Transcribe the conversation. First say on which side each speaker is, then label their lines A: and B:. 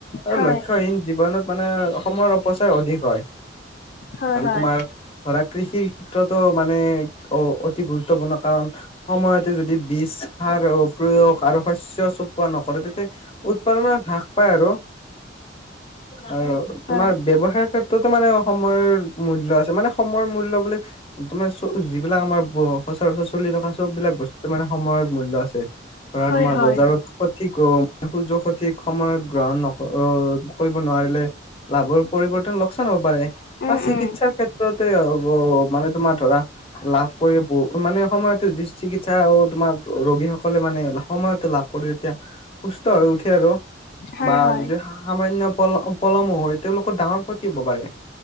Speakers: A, on the left; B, on the left.
A: আৰু
B: হয়
A: লক্ষ্যহীন জীৱনত মানে সময়ৰ অপচয় অধিক হয়।
B: হয়
A: আৰু
B: হয়
A: তোমাৰ ধৰা কৃষি ক্ষেত্ৰতটো মানে অ অতি গুৰুত্বপূৰ্ণ কাৰণ সময়ত যদি বীজ সাৰ প্ৰয়োগ আৰু শস্য চপোৱা নকৰে তাতে উৎপাদনৰ হ্ৰাস পায় আৰু, আৰু
B: হয়
A: তোমাৰ ব্যৱহাৰ ক্ষেত্ৰতো মানে সময়ৰ মূল্য আছে, মানে সময়ৰ মূল্য বুলি তোমাৰ যিবিলাক আমাৰ- সচৰাচৰ চলি থকা সবিলাক বস্তু মানে সময়ৰ মূল্য আছে।। ধৰা
B: হয়
A: তোমাৰ
B: হয়
A: বজাৰত সঠিক সূৰ্য সঠিক সময়ত গ্ৰহণ নক কৰিব নোৱাৰিলে লাভৰ পৰিৱৰ্তন লোকচান হব পাৰে
B: উম
A: বা চিকিৎসাৰ
B: উম
A: ক্ষেত্ৰতে মানে তোমাৰ ধৰা লাভ কৰিব বহু মানে সময়তে চিকিৎসা আৰু তোমাৰ ৰোগীস সকলে মানে সময়তটো লাভ কৰি তেতিয়া সুস্থ হৈ উঠে আৰু।
B: হয়
A: বা
B: হয়
A: যদি সামান্য পলম পলম হয় তেওঁলোকক ডাঙৰ ক্ষতি হ'ব পাৰে।